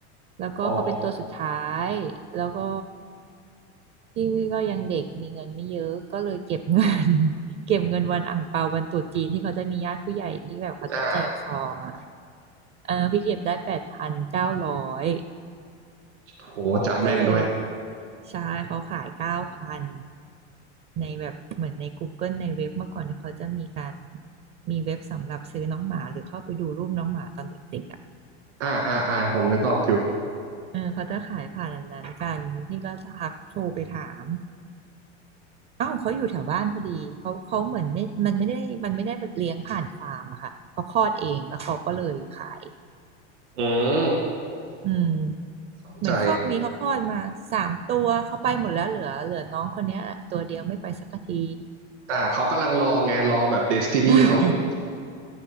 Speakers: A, on the right; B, on the right.
A: แล้วก็เขาเป็นตัวสุดท้ายแล้วก็
B: อ๋อ
A: พี่ก็ยังเด็กมีเงินไม่เยอะก็เลยเก็บเงิน <laughs> เก็บเงินวันอั่งเปาวันตรุษจีนที่เขาจะมีญาติผู้ใหญ่ที่แบบเขาจะแจกซองอ่ะ
B: อ่า
A: เออพี่เก็บได้แปดพันเก้าร้อย
B: โหจำแม่นด้วย
A: ก็เลยใช่เขาขายเก้าพันในแบบเหมือนใน Google ในเว็บเมื่อก่อนที่เขาจะมีการมีเว็บสำหรับซื้อน้องหมาหรือเข้าไปดูรูปน้องหมาตอนเด็กๆอ่ะ
B: อ่าอ่าอ่าผมนึกออกอยู่
A: เออเขาจะขายผ่านอันนั้นกันพี่ก็ทักโทรไปถามเอ้าวเขาอยู่แถวบ้านพอดีเขาเขาเหมือนไม่มันไม่ได้มันไม่ได้เลี้ยงผ่านฟาร์มอะค่ะเขาคลอดเองแล้วเขาก็เลยขาย
B: อืม
A: อืม
B: เข้าใจ
A: เหมือนคอกนี้เขาคลอดมาสามตัวเขาไปหมดแล้วเหลือเหลือน้องคนเนี้ยตัวเดียวไม่ไปสักที
B: อ่าเขากำลังรอไงรอแบบเดสตินีเขาอยู่
A: <laughs>